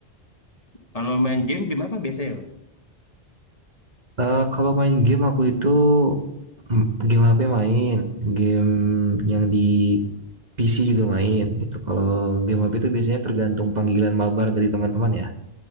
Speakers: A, on the left; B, on the right.
A: Kalau main game game gimana biasanya Bang?
B: Eh, kalau main game aku itu mm, game HP main, game yang di PC juga main gitu. Kalau game HP itu biasanya tergantung panggilan mabar dari teman-teman ya.